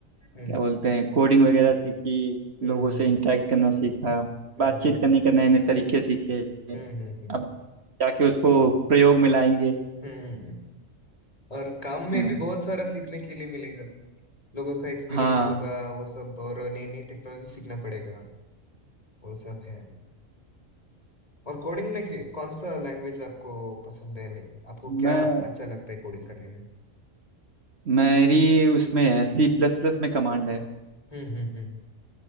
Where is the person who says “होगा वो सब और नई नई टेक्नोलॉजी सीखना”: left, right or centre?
Left